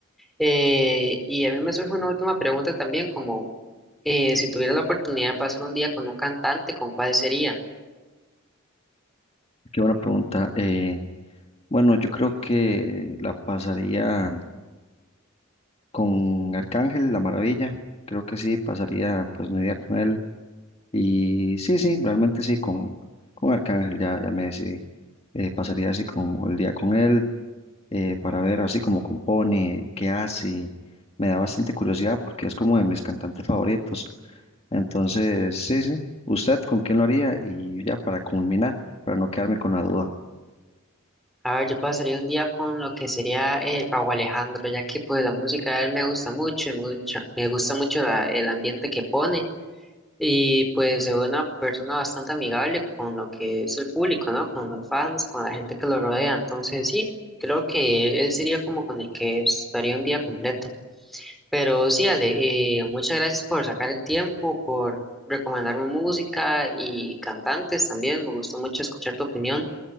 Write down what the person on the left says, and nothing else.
qué buena pregunta. Eh, bueno, yo creo que la pasaría con Arcángel, La Maravilla, creo que sí, pasaría pues mi día con él. Y sí, sí, realmente sí, con, con Arcángel ya, ya me decidí. Eh, pasaría así como el día con él eh, para ver así como compone, qué hace. Me da bastante curiosidad porque es como de mis cantantes favoritos. Entonces, sí, sí. ¿Usted con quién lo haría? Y ya para culminar, para no quedarme con la duda.